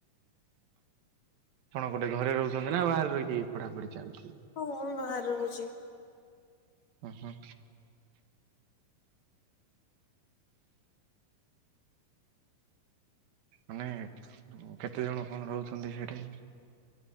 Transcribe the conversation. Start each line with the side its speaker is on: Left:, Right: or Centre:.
Right: କଣ ଗୋଟେ ଘରେ ରହୁଛନ୍ତି ନା ବାହାରେ ରହିକି ପଢାପଢି? ଚାଲିଛି?
Left: ହଁ ମୁଁ ବି ବାହାରେ ରହୁଛି।
Right: ହୁଁ ହୁଁ। ମାନେ କେତେ ଜଣ କଣ ରହୁଛନ୍ତି ସେଠି?